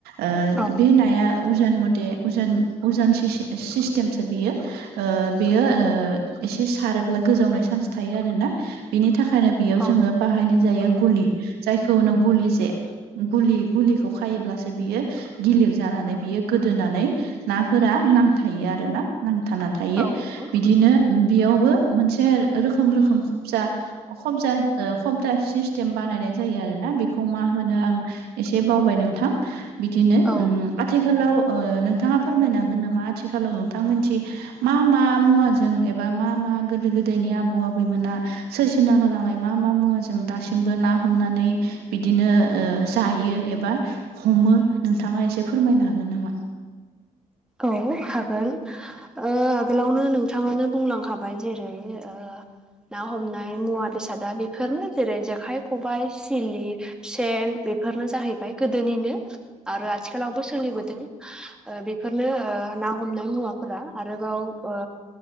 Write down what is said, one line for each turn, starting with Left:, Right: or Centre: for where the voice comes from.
Right: ओ
Centre: औ
Right: बे नाया उजोन मथे उजोन उजोन सिस-सिस्टेमसो बियो। ओ बेयो ओ एसे सारोब्ला गोजावनाय सान्स थायो आरोना। बिनि थाखायनो बेयाव
Centre: औ नंगौ औ नंगौ औ
Right: जोङो बाहायनाय जायो गुलि जायखौनो गुलि जे। गुलि गुलिखौ खायोब्लासो बियो गिलिर जानानै बियो गोद दोनानै नाफोरा नांथायो आरो ना। नांथाना थायो।
Centre: नंगौ
Right: बिदिनो बेयावबो मोनसे रोखोम रोखोम खबजा अ' खमजा ओ खबदा सिस थेम बानायनाय जायो आरोना। बेखौ मा होनो आं एसे बावबाय नोंथां। बिदिनो
Centre: औ
Right: उम आथिखालाव ओ नोंथाङा फोरमायनो हागोन नामा आथिखालाव नोंथां मोनथि मा मा मुवाजों एबा मा मा गोदो गोदायनि आबौ आबैमोना सोरसिना गोलांनाय मा मा मुवा जों दासिमबो ना हमनानै बिदिनो ओ जायो एबा हमो नोंथाङा एसे फोरमायनो हागोन नामा?
Centre: औ हागोन। ओ गोलावनो नोंथाङानो बुंलांखाबाय जेरै ओ ना हमनाय मुवा बेसादा बेफोरनो जेरै जेखाय, खबाय, सिलि सेन बेफोरनो जाहैबाय गोदोनिनो आरो आथिखालावबो सोलिबोदों। ओ बेफोरनो ओ ना हमनाय मुवाफोरा आरोबाव ओ